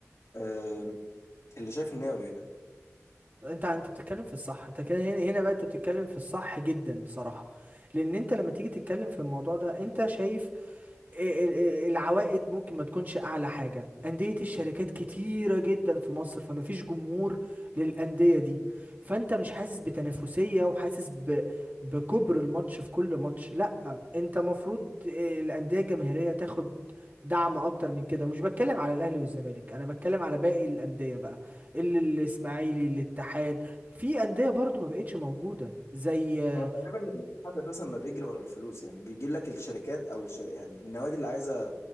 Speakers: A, on the left; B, on the right.
A: آه، اللي شايف ان هي قليله
B: انت انت بتتكلم في الصح انت كده هنا هنا بقى انت بتتكلم في الصح جدا بصراحة لان انت لما تيجي تتكلم في الموضوع ده انت شايف ال- ال- العوائد ممكن ما تكونش اعلى حاجه انديه الشركات كتيره جدا في مصر فما فيش جمهور للانديه دي فانت مش حاسس بتنافسيه وحاسس ب... بكبر الماتش في كل ماتش لا انت مفروض آه، الانديه الجماهيريه تاخد دعم اكتر من كده ومش بتكلم على الاهلي والزمالك انا بتكلم على باقي الانديه بقى ال- الاسماعيلي الاتحاد في انديه برضو ما بقتش موجوده زي
A: هو تقريبا الاتحاد اساسا ما بيجري ورا الفلوس يعني بيجيب لك الشركات او الش... يعني النوادي اللي عايزه